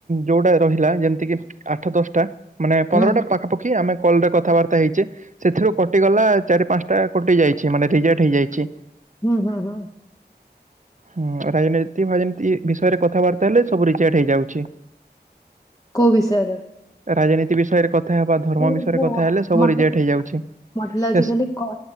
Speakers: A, on the right; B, on the left.
A: ଯୋଉଟା ରହିଲା ଯେମିତି କିି ଆଠ ଦଶଟା ମାନେ ପନ୍ଦରଟା
B: ହୁଁ
A: ପାଖାପାଖି କି ଆମେ କଲ ରେ କଥାବାର୍ତ୍ତା ହେଇଛେ ସେଥିରୁ କଟିଗଲା ଚାରି ପାଞ୍ଚଟା କଟି ଯାଇଛି ମାନେ ରିଜେକ୍ଟ ହେଇଯାଇଛି।
B: ହୁଁ ହୁଁ ହୁଁ।
A: ହୁଁ ରାଜନୀତି ଫାଜନୀତି ବିଷୟରେ କଥାବାର୍ତ୍ତା ହେଲେ ସବୁ ରିଚୋର୍ଟ ହେଇଯାଉଛି।
B: କୋଉ ବିଷୟରେ?
A: ରାଜନୀତି ବିଷୟରେ କଥା ହେବା ଧର୍ମ
B: ଓହୋ
A: ବିଷୟରେ କଥା ହେଲେ ସବୁ
B: ମତେ
A: ରିଜେକ୍ଟ ହେଇଯାଉଛି
B: ମତେ ଲାଗୁଛି
A: ହେସ
B: ଖାଲି କ-